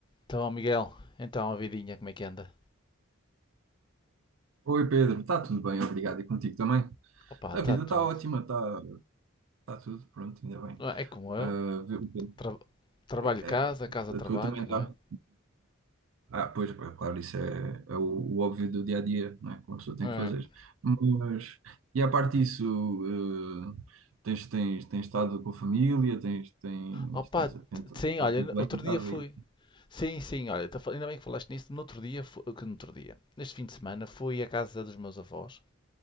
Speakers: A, on the left; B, on the right.
A: Então, Miguel, então a vidinha como é que anda?
B: Oi Pedro, está tudo bem, obrigado. E contigo também?
A: Opa,
B: A
A: está
B: vida
A: tudo.
B: está ótima, está tá tá tudo pronto, ainda bem.
A: Ah, É como
B: Ah,
A: eu,
B: viu, Pedro,
A: tra- trabalho
B: é,
A: casa, casa trabalho,
B: a tua também está.
A: não é?
B: Ah, pois, pá, claro, isso é, é o, o óbvio do dia a dia, não é? Que uma pessoa tem
A: É.
B: que fazer. Mas, e à parte disso, eh, tens, tens, tens estado com a família, tens, tens,
A: Opa,
B: tens,
A: t-
B: está
A: sim, olha,
B: tudo bem
A: outro
B: em casa
A: dia fui.
B: aí?
A: Sim, sim, olha, tá fal- ainda bem que falaste nisso. No outro dia, fu- que no outro dia, neste fim de semana, fui à casa dos meus avós.